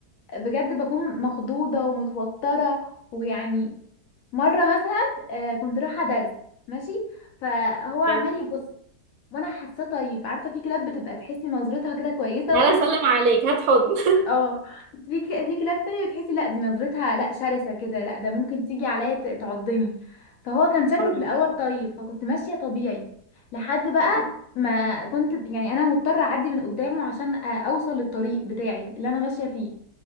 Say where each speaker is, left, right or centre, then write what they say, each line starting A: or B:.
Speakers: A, on the left; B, on the right.
A: بجد بكون مخضوضه ومتوتره ويعني مره مثلا آه كنت رايحه درس ماشي فهو عمال
B: دايما
A: يبص وانا حاساه طيب عارفه في كلاب بتبقى تحسي نظرتها كده كويسه
B: تعالى
A: وفي
B: اسلم عليك هات حضن
A: اه في ك- في كلاب تانية بتحسي لا دي نظرتها لا شرسة كده لا ده ممكن تيجي عليا ت- تعضني فهو كان شكله
B: <laughs> آه.
A: في الأول طيب فكنت ماشية طبيعي لحد بقى ما كنت يعني أنا مضطرة أعدي من قدامه عشان أ- أوصل للطريق بتاعي اللي أنا ماشية فيه